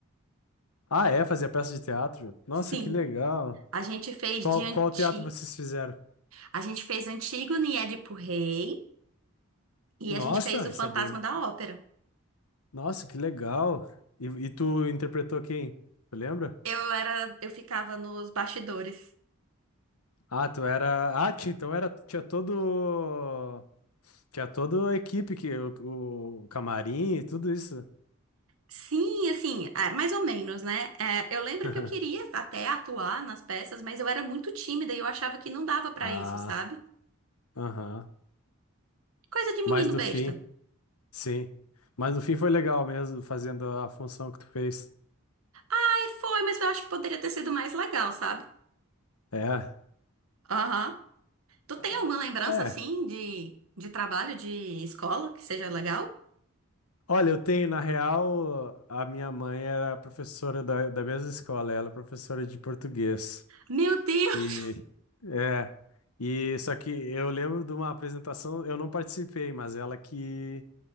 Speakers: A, on the left; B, on the right.
A: Ah, é? Fazia peça de teatro? Nossa,
B: Sim,
A: que legal.
B: a gente fez
A: Qual,
B: de anti,
A: qual teatro vocês fizeram?
B: a gente fez Antígone e Édipo Rei e
A: Nossa,
B: a gente fez o
A: isso
B: Fantasma
A: é bem.
B: da Ópera.
A: Nossa, que legal. E, e tu interpretou quem? Tu lembra?
B: Eu era, eu ficava nos bastidores.
A: Ah, tu era. Ah, ti- então era. Tinha todo. Tinha toda a equipe, que, o, o camarim e tudo isso.
B: Sim, assim, ah, mais ou menos, né? É, eu lembro
A: <laughs>
B: que eu queria até atuar nas peças, mas eu era muito tímida e eu achava que não dava pra
A: Ah,
B: isso, sabe?
A: aham.
B: Coisa de
A: Mas
B: menino
A: no fim,
B: besta.
A: sim. Mas no fim foi legal mesmo, fazendo a função que tu fez.
B: Aí foi, mas eu acho que poderia ter sido mais legal, sabe?
A: É.
B: Aham. Tu tem
A: Ah,
B: alguma lembrança,
A: É.
B: assim, de, de trabalho, de escola, que seja legal?
A: Olha, eu tenho, na real, a minha mãe era professora da, da mesma escola, ela é professora de português.
B: Meu Deus!
A: E é, e só que eu lembro de uma apresentação, eu não participei, mas ela que